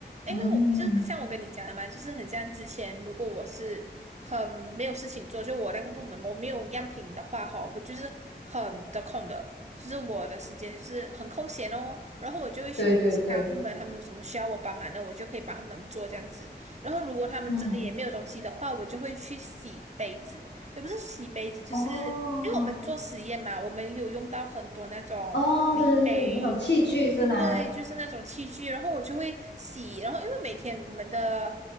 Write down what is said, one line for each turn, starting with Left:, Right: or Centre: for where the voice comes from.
Right: 因为我就像我跟你讲的嘛，
Left: 嗯，
Right: 就是很像之前，如果我是很没有事情做，就我那个部门我没有样品的话，哈，我就是很得空的，就是我的时间就是很空闲哦，然后我就会去问其他部门他们有什么需要我帮忙的，
Left: 对对对，
Right: 我就可以帮他们做这样子。然后如果他们真的也没有东西的话，
Left: 嗯，
Right: 我就会去洗杯子，也不是洗杯子，就是
Left: 哦
Right: 因为我们做实验嘛，我们有用到很多那种玻璃杯，
Left: 哦，对对对，对那种器具是吗？
Right: 对，就是那种器具，然后我就会洗，然后因为每天我们的